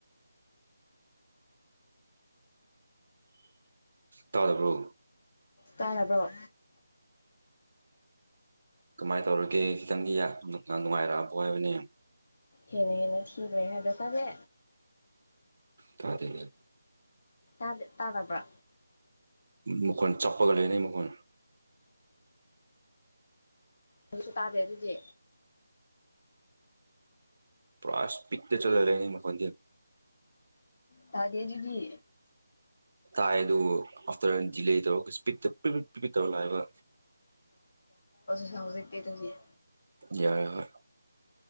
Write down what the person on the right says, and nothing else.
ꯇꯥꯗꯔꯣ
ꯀꯃꯥꯏ ꯇꯧꯔꯒꯦ ꯈꯤꯇꯪꯗꯤ ꯅꯨꯡꯉꯥꯏꯔꯛꯑꯕꯣ ꯍꯥꯏꯕꯅꯦ
ꯇꯥꯗꯤꯌꯦ
ꯃꯈꯣꯜ ꯆꯞꯄꯒ ꯂꯩꯅꯩ ꯃꯈꯣꯜ
ꯄꯨꯔꯥ ꯏꯁꯄꯤꯠꯇ ꯆꯠꯂ ꯂꯩꯅꯦ ꯃꯈꯣꯜꯖꯦ
ꯇꯥꯏ ꯑꯗꯨ ꯑꯥꯐꯇꯔ ꯗꯤꯂꯦ ꯇꯧꯔꯒ ꯏꯁꯄꯤꯠꯇ ꯄꯔꯤ ꯄꯤ ꯄꯤꯛ ꯇꯧꯔ ꯂꯥꯛꯑꯦꯕ
ꯌꯥꯔꯦ ꯍꯣꯏ